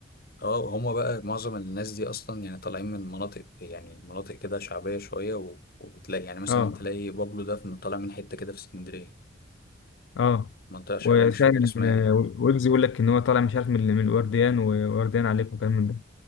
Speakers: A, on the left; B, on the left.
A: اه هما بقى معظم الناس دي أصلا يعني طالعين من مناطق يعني مناطق كده شعبية شوية و- وبتلاقي يعني مثلا
B: اه
A: تلاقي بابلو ده من- طالع من حتة كده في اسكندرية
B: اه
A: منطقة شعبية
B: وفعلا
A: مش فاكر اسمها
B: آه،
A: ايه
B: ويجز يقول لك ان هو طالع مش عارف من من الورديان وورديان عليكم وكلام من ده